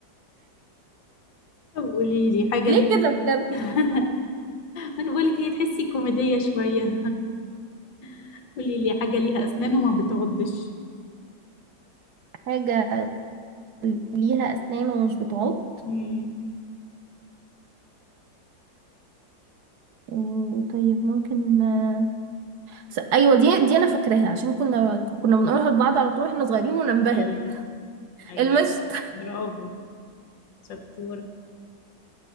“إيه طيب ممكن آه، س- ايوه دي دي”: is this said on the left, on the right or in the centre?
Right